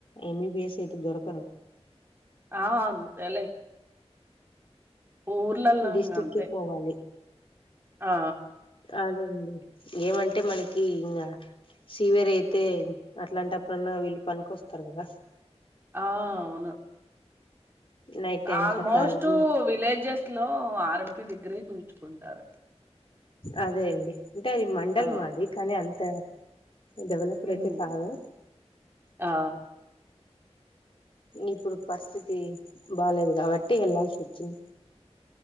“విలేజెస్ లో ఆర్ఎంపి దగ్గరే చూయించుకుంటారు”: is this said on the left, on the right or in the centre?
Right